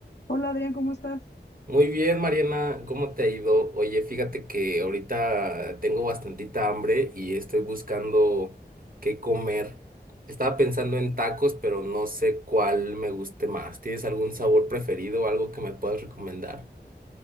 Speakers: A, on the left; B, on the right.
A: Hola Adrián, ¿cómo estás?
B: Muy bien, Mariana, ¿cómo te ha ido? Oye, fíjate que ahorita tengo bastantita hambre y estoy buscando qué comer. Estaba pensando en tacos, pero no sé cuál me guste más. ¿Tienes algún sabor preferido o algo que me puedas recomendar?